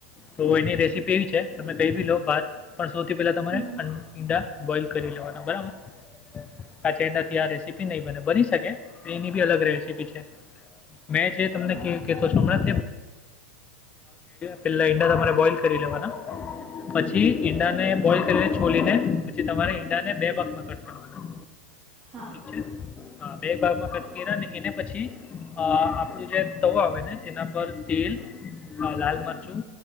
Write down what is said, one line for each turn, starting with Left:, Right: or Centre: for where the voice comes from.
Left: તોની રેસીપી એવી છે તમે ક લો ભાત પણ સૌથી પહેલાં તમારે
Right: હમ
Left: ઈંડા <inaudible> કારની હાઈ બરાબર થી રપી નહી બ બનીકે એનીી અલગ રેસીપી છે મેં જે તમને
Right: હા
Left: કતો છો હમણાં. પેલા ઈંડા તમારે બોલ કરી લેવાના પછી ઈંડાને બોલ કરી છોલીને પછી તમારે ને બે ભાગમાં કટ કરવાના
Right: હા
Left: અચ છે બે ભાગમાં કટકીને અને એને પછી આપણું જે તવો આવે ને તેના પર તેલ લાલ મરચું